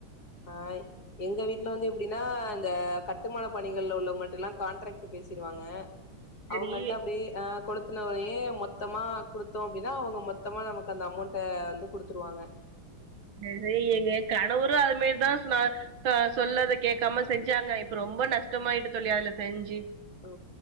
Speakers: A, on the left (about 50°); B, on the right (about 75°).
A: ஆஹ் எங்க வீட்ல வந்து எப்டின்னா இந்த கட்டுமானப் பணிகள்ல உள்ளவங்கள்ட்ட எல்லா கான்ட்ராக்ட் பேசிடுவாங்க
B: செரி
A: அவங்கள்ட்ட அப்டே அஹ் கொலுத்துனவனே மொத்தமா குடுத்தோம் அப்டின்னா அவுங்க மொத்தமா நமக்கு அந்த அமௌண்ட வந்து குடுத்துருவாங்க
B: <unintelligible> எங்க கணவரு அது மேரிதா சொன்னாங்க க சொல்லத கேட்காம செஞ்சாங்க இப்ப ரொம்ப நஷ்டமாயிட்டு தோலி அதுல செஞ்சி
A: ஓ